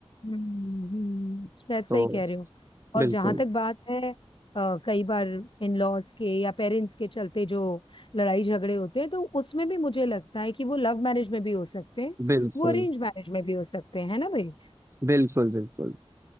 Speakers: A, on the left; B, on the right.
A: हम्म हम्म, हम्म। शायद सही
B: तो
A: कह रहे हो और
B: बिल्कुल
A: जहां तक बात है अ, कई बार इन लॉज के या पेरेंट्स के चलते जो लड़ाई झगड़े होते हैं तो उसमें भी मुझे लगता है कि वो लव मैरिज में भी हो सकते हैं
B: बिल्कुल
A: वो अरेंज मैरिज में भी हो सकते हैं है ना भाई
B: बिल्कुल बिल्कुल